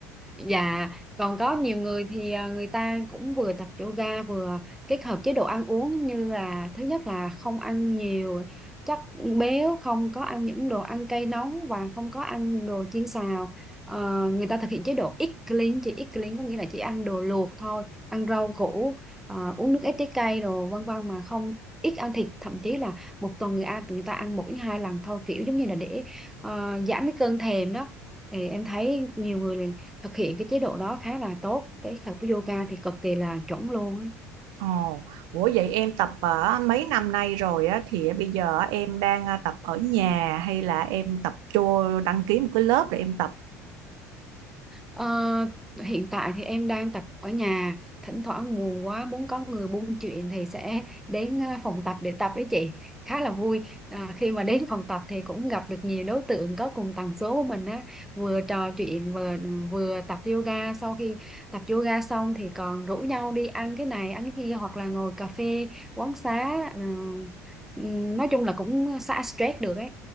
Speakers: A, in the centre; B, on the right.
A: Dạ, còn có nhiều người thì à, người ta cũng vừa tập yoga vừa kết hợp chế độ ăn uống như là thứ nhất là không ăn nhiều chất béo, không có ăn những đồ ăn cay nóng và không có ăn đồ chiên xào. Ờ, người ta thực hiện chế độ eat clean, chỉ eat clean có nghĩa là chỉ ăn đồ luộc thôi, ăn rau củ, ờ, uống nước ép trái cây đồ vân vân mà không ít ăn thịt thậm chí là một tuần người ăn người ta ăn một đến hai lần thôi kiểu giống như là để ờ, giảm cái cơn thèm đó thì em thấy nhiều người thực hiện cái chế độ đó khá là tốt cái tập yoga thì cực kỳ là chuẩn luôn ấy.
B: Ồ, ủa vậy em tập ở mấy năm nay rồi á, thì bây giờ em đang à, tập ở nhà hay là em tập cho đăng ký một cái lớp để em tập
A: Ờ, hiện tại thì em đang tập ở nhà thỉnh thoảng buồn quá muốn có người buôn chuyện thì sẽ đến ờ, phòng tập để tập với chị khá là vui à, khi mà đến phòng tập thì cũng gặp được nhiều đối tượng có cùng tần số của mình á vừa trò chuyện vừa ừ, vừa tập yoga sau khi tập yoga xong thì còn rủ nhau đi ăn cái này ăn cái kia hoặc là ngồi cà phê quán xá ừ, ừ, nói chung là cũng ờ, xả stress được ấy